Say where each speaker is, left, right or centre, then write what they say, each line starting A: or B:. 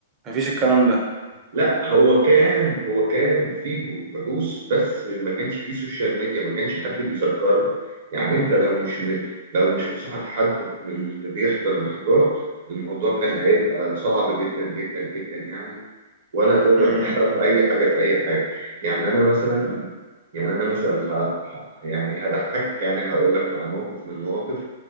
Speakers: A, on the right (about 25°); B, on the right (about 60°).
A: مفيش الكلام ده
B: لا هو كان هو كان في بحوث بس ما كانش في سوشيال ميديا ما كانش حد بيذكرنا يعني انت لو مش م... لو مش مصاحب حد من اللي بيحضر محاضرات الموضوع كان هيبقى صعب جدا جدا جدا يعني ولا تقدر
A: امم
B: تعرف اي حاجه في اي حاجه يعني انا مثلا يعني انا مثلا ه... ه... يعني هضحكك يعني هقول لك على موقف من المواقف